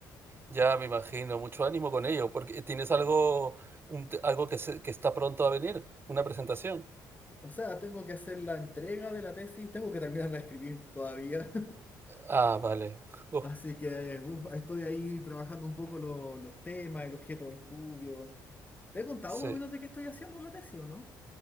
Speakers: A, on the right (about 25°); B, on the left (about 15°).
A: Ya me imagino, mucho ánimo con ello, porque tienes algo, un te- algo que, se- que está pronto a venir, una presentación.
B: O sea, tengo que hacer la entrega de la tesis, tengo que terminar de escribir todavía.
A: Ah, vale.
B: <laughs>
A: Uf,
B: Así que uf, estoy ahí trabajando un poco lo- los temas, el objeto de estudio. ¿Te he contado
A: sí.
B: más o menos de qué estoy haciendo en la tesis o no?